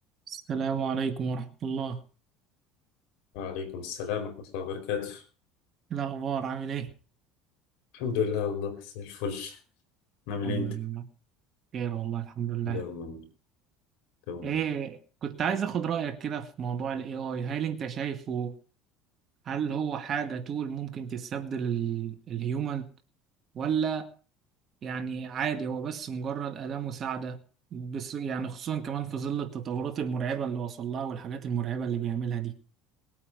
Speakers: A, on the right; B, on the left.
A: السلام عليكم ورحمة الله
B: وعليكم السلام ورحمة الله وبركاته
A: إيه الأخبار عامل إيه؟
B: الحمد لله والله زي الفل نعمل
A: الحمد
B: إيه أنت
A: لله خير والله الحمد لله
B: دوما دوما
A: إيه كنت عايز أخد رأيك كده في موضوع ال AI هل أنت شايفه هل هو حاجة تول ممكن تستبدل ال- الهيومن ولا يعني عادي هو بس مجرد أداة مساعدة بس يعني خصوصا كمان في ظل التطورات المرعبة اللي وصل لها والحاجات المرعبة اللي بيعملها دي